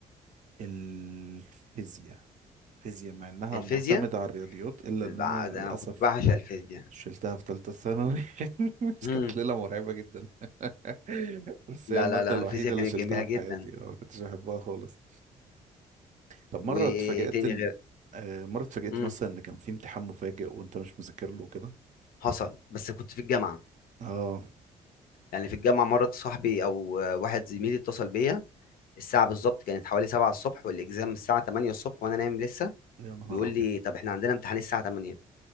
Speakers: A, on the right; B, on the left.
A: الفيزياء فيزياء مع انها
B: الفيزياء
A: معتمدة على الرياضيات الا
B: البع-
A: ان انا
B: ده
A: للاسف
B: انا كنت بعشق الفيزياء
A: شلتها في ثالثة ثانوي <laughs>
B: امم
A: كانت ليلة مرعبة جدا <laughs> بس
B: لا
A: هي المادة
B: لا لا
A: الوحيدة
B: الفيزياء
A: اللي
B: كانت
A: شلتها
B: جميله
A: في
B: جدا
A: حياتي آه، ما كنتش بحبها خالص طب
B: وايه
A: مرة اتفاجأت
B: تاني
A: ان
B: غير
A: آه، مرة اتفاجأت
B: امم
A: مثلا ان كان في امتحان مفاجئ وانت مش مذاكر له كده
B: حصل بس كنت في الجامعه
A: اه
B: يعني في الجامعه مره صاحبي او آه، واحد زميلي اتصل بيا الساعه بالظبط كانت حوالي 7 الصبح والاكزام الساعه 8 الصبح وانا نايم لسه
A: يا نهار
B: بيقول
A: ابيض
B: لي طب احنا عندنا امتحان الساعه 8